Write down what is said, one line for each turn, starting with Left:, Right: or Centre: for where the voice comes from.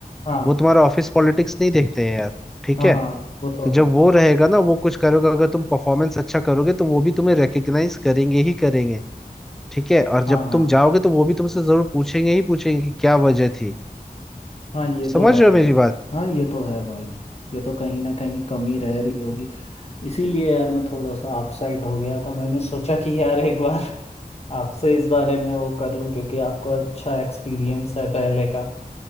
Left: हाँ
Centre: वो तुम्हारा ऑफिस पॉलिटिक्स नहीं देखते हैं यार ठीक
Left: हाँ
Centre: है
Left: हाँ वो तो
Centre: तो जब
Left: है
Centre: वो रहेगा ना वो कुछ करोगे अगर तुम परफॉर्मेंस अच्छा करोगे तो वो भी तुम्हें रिकग्नाइज करेंगे ही करेंगे ठीक है और
Left: हाँ
Centre: जब
Left: हाँ
Centre: तुम जाओगे तो वो भी तुमसे जरूर पूछेंगे ही पूछेंगे कि क्या वजह थी
Left: हाँ ये तो
Centre: समझ
Left: है
Centre: रहे
Left: भाई
Centre: हो मेरी बात
Left: हाँ ये तो है भाई ये तो कहीं ना कहीं कमी रह रही होगी इसीलिए यार मैं थोड़ा सा अपसेट हो गया था मैंने सोचा कि यार एक बार <laughs> आपसे इस बारे में वो कर लूं क्योंकि आपको अच्छा एक्सपीरियंस है पहले का